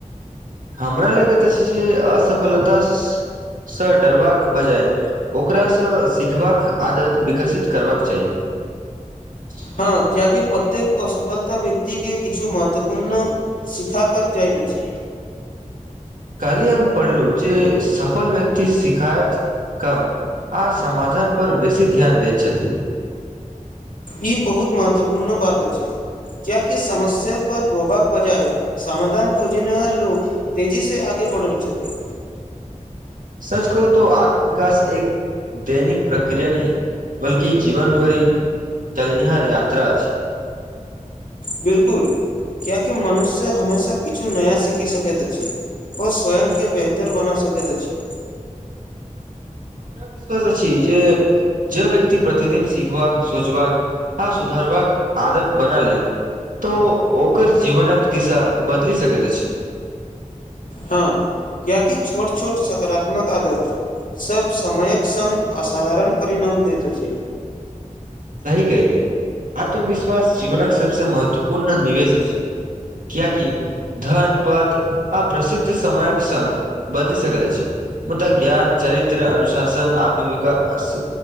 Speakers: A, on the right; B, on the left.
A: हमरा लगैतऽ अछि जे असफलता सँ डरबाक बजाय ओकरासँ सिखबाक आदत विकसित करबाक चाही <inaudible>
B: हँ कियाकि प्रत्येक असफलता व्यक्ति के किछु महत्वपूर्ण सिखाकर जाइत अछि
A: काली हम पढ़लू जे सफल व्यक्ति शिखायत कम आ समाधान पर बेसी ध्यान देैत छती
B: ई बहुत महत्वपूर्ण बात अछि क्या कि समस्या पर रोप क बजाय समाधान खोजनेहार लोक तेजीसँ आगे बढ़ल छथि
A: सच कहो तो आत्मविकास एक दैनिक प्रक्रिया नही बल्कि जीवनभरि चलनिहार यात्रा अछै
B: बिलकुल क्याकि मनुष्य हमेशा किछु नया सीखि सकैत अछि ओ स्वयं के बेहतर बना स सकैत अछी
A: <inaudible> हमरा विश्वास अछि जे जे व्यक्ति प्रतिदिन सिखबाक सोचबाक आ सुधरबाक आदत बना लै त ओकर जीवनक दिशा बदलि सकैत अछि
B: हँ क्या की छोट छोट सकारात्मक आदत सब समयक संग असाधारण परिणाम दैत अछि
A: <inaudible> सही कहले आत्मविश्वास जीवनक सबसे महत्वपूर्ण निवेश अछि कियाकि धन पथ आ प्रसिद्ध समयक संघ बदल सकैत अछि मुदा ज्ञान चरित्र अनुशासन आत्मविकास